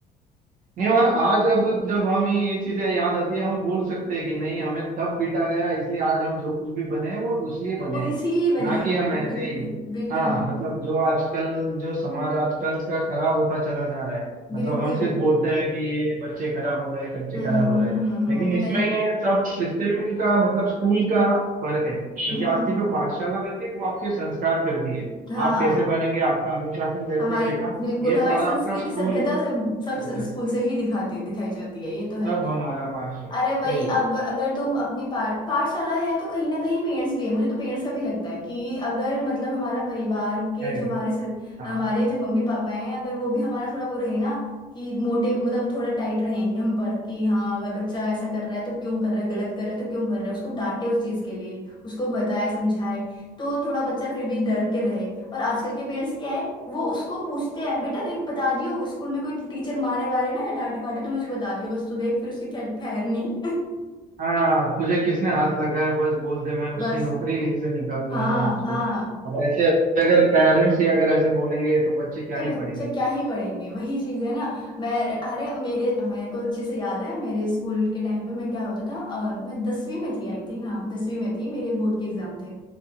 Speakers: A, on the right; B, on the left.
A: नहीं और आज अब जब हमें ये चीजें याद आती है हम बोल सकते हैं कि नहीं हमें तब पीटा गया इसलिए आज हम जो कुछ भी बने हैं वो उसलिए बने
B: और
A: हैं
B: इसीलिए बने
A: ना
B: हैं
A: कि हम ऐसे
B: बिल्कुल
A: ही
B: बिल्कुल
A: हाँ
B: बिल्कुल
A: मतलब जो आजकल जो समाज आजकल का खराब होता चला जा रहा है मतलब
B: बिल्कुल
A: हम सिर्फ बोलते हैं कि ये बच्चे खराब हो रहे हैं बच्चे
B: हम्म
A: खराब
B: हम्म
A: हो रहे हैं
B: हम्म हम्म,
A: लेकिन इसमें
B: नहीं
A: सब सिस्टम का मतलब स्कूल का फर्क है क्योंकि
B: हम्म
A: आपकी जो पाठशाला रहती है वो आपके संस्कार करती है
B: हाँ
A: आप कैसे बनेंगे आपका अनुशासन कैसे
B: हमारी
A: रहेगा
B: बिल्कुल
A: ये
B: हमारी
A: सारा
B: संस्कृति
A: आपका स्कूल
B: सभ्यता सब सब
A: देखेगा।
B: स्कूल से ही दिखाती दिखाई जाती है ये तो है
A: सब हमारा पार्षद
B: अरे वही
A: सही है
B: अब अगर तुम अपनी पाठ पाठशाला है तो कहीं ना कहीं पेरेंट्स भी है मुझे तो पेरेंट्स का भी लगता है कि अगर मतलब हमारा परिवार के
A: है
B: जो हमारे
A: ये।
B: सर,
A: हाँ
B: हमारे जो मम्मी पापा हैं अगर वो भी हमारा थोड़ा वो रहे ना कि मोटे मतलब थोड़ा टाइट रहे हम पर कि हाँ अगर बच्चा ऐसा कर रहा है तो क्यों कर रहा है गलत कर रहा है तो क्यों कर रहा है उसको डांटे उस चीज के लिए उसको बताए समझाए तो थोड़ा बच्चा फिर भी डर के रहे और आजकल के पेरेंट्स क्या है वो उसको पूछते हैं बेटा देख बता दियो स्कूल में कोई टीचर मारे वारे ना या डांटे वाटे तो मुझे बता दियो बस तू देख फिर उसकी खैर खैर नहीं <laughs>
A: हाँ तुझे किसने हाथ लगाया बस बोल दे मैं उसकी
B: बस
A: नौकरी से निकालवाता
B: हाँ
A: हूँ उसको
B: हाँ
A: अब ऐसे अगर पेरेंट्स ही अगर ऐसे बोलेंगे तो बच्चे क्या
B: तो
A: ही
B: बच्चे
A: पढ़ेंगे
B: क्या ही पढ़ेंगे वही चीज है ना मैं अरे मेरे मेरे को अच्छे से याद है मेरे स्कूल के टाइम पे मैं क्या होता था अ, मैं दसवीं में थी आई थिंक हाँ दसवीं में थी मेरे बोर्ड के एग्जाम थे